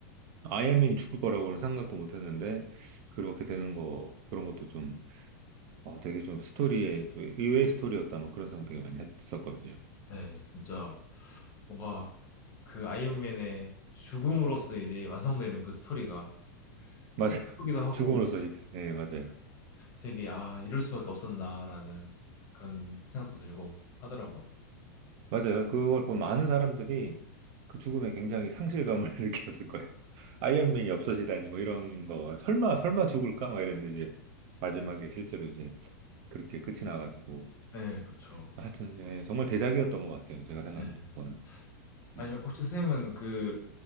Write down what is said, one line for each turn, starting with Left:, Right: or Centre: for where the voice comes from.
Right: 아이언맨이 죽을 거라고는 생각도 못 했는데, 그렇게 되는 거, 그런 것도 좀, 아, 되게 좀 스토리에, 좀 의외의 스토리였다, 뭐 그런 생각 되게 많이 했었거든요.
Left: 네, 진짜 뭔가 그 아이언맨의 죽음으로써 이제 완성되는 그 스토리가
Right: 맞아요.
Left: 뭐 슬프기도
Right: <laughs>
Left: 하고
Right: 죽음으로써 진짜, 예, 맞아요.
Left: 되게 아, 이럴 수밖에 없었나라는 그런 생각도 들고 하더라고요.
Right: 맞아요. 그걸 본 많은 사람들이 그 죽음에 굉장히 상실감을 <laughs> 느꼈을 거예요. 아이언맨이 없어지다니 뭐 이런 거 설마 설마 죽을까 막 이랬는데 이제 마지막에 실제로 이제 그렇게 끝이 나가지고
Left: 네, 그쵸.
Right: 하여튼 예, 정말 대작이었던 것 같아요. 제가 생각해도
Left: 네.
Right: 그거는.
Left: 아니면
Right: 음.
Left: 혹시 선생님은 그